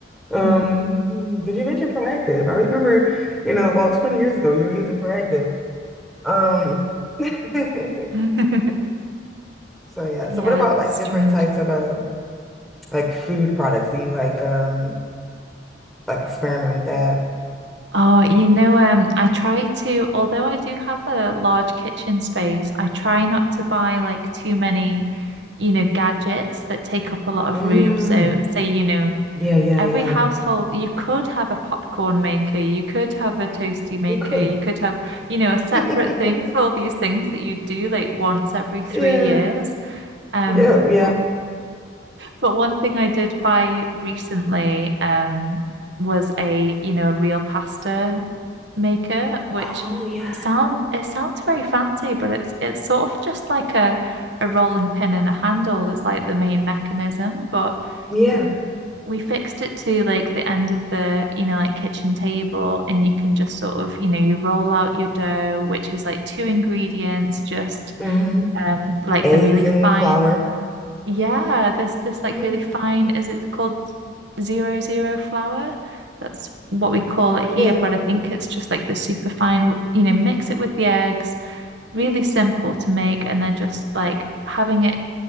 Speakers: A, in the centre; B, on the right.
A: Um,
B: Mm.
A: did you mention proactive? I remember, you know, about 20 years ago you were using proactive. Um, <laughs>
B: <laughs>
A: so yeah.
B: Yeah,
A: So what about
B: it's
A: like
B: strange.
A: different types of uh like food products? Do you like um like experiment with that?
B: Oh, you know, um, I try to, although I do have a large kitchen space, I try not to buy like too many, you know, gadgets that take up a lot of
A: Mm,
B: room. So, say, you know,
A: yeah, yeah,
B: every
A: yeah.
B: household, you could have a popcorn maker, you could have a toasty maker,
A: You could.
B: you could have, you know, a separate
A: <laughs>
B: thing for all these things that you do like once every three
A: Yeah,
B: years. Um,
A: yeah, yeah.
B: but but one thing I did buy recently, um, was a, you know, a real pasta maker, which
A: Oh yeah.
B: sound it sounds very fancy, but it's it's sort of just like a a rolling pin and a handle is like the main mechanism, but
A: Yeah.
B: w- we fixed it to like the end of the, you know, like kitchen table and you can just sort of, you know, you roll out your dough, which is like two ingredients, just
A: Mm-hmm.
B: um like
A: Eggs
B: the really
A: and
B: fine
A: flour.
B: yeah, this this like
A: Mm-hmm.
B: really fine, is it called zero zero flour? That's what we call it here,
A: Yeah.
B: but I think it's just like the super fine, you know, mix it with the eggs, really simple to make, and then just like having it